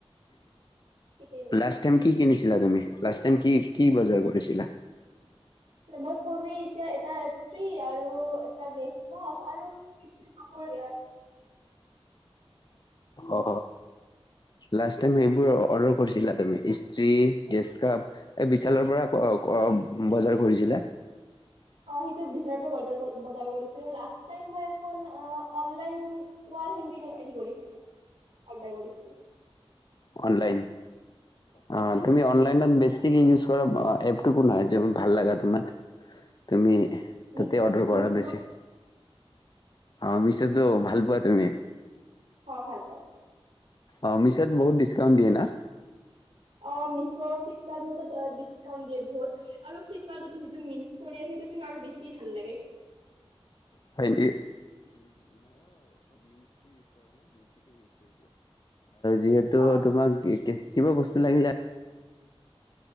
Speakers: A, on the right; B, on the left.
A: ঠিকেই কৈছা
B: লাষ্ট টাইম কি কিনিছিলা তুমি লাষ্ট টাইম কি কি বজাৰ কৰিছিলা
A: মই কলোৱে এতিয়া এটা ফ্ৰী আৰু আৰু এটা গেছ াভ আৰু
B: অ লাষ্ট টাইম সেইবোৰ অৰ্ডাৰ কৰিছিলা তুমি ই্ত্ৰ্ৰী গেষ্ট কাপ এই বিশালৰ পৰা বজাৰ কৰিছিলা
A: অ সিটো বিচাৰোঁতে বজা বজাৰ কৰিছিলোঁ লাষ্ট টাইম মই এখন অনলাইন ৱাল হাগী আহি কৰিছিলোঁ অৰ্ডাৰ কৰিছিলোঁ
B: অন অনলাইন অ
A: হয়
B: তুমি অনলাইনত বেছি িক ইউজ কৰা এপটু কোনহয় যে ভাল লাগা তোমাক তুমি
A: মিছ'
B: ততে অৰ্ডাৰ কৰা
A: মিছ'
B: বেছি অ মিছতো ভাল পোৱা তুমি
A: হয় ভাল পাওঁ
B: অঁ মিছত বহুত ডিছকাউণ্ট দিয়ে না
A: অ মিছ' ফ্লিপকাৰ্ট সিহঁতি ডিছকাউণ্ট দিয়ে বহুত আৰু ফ্লিপকাৰ্ট তো সেটো মিছৰীয়া আছে সেই আৰু সেইটো বেছি ভাল লাগে
B: <unintelligible> আৰু যিহেতু
A: অ
B: তোমাক কিবা বস্তু লাগিলে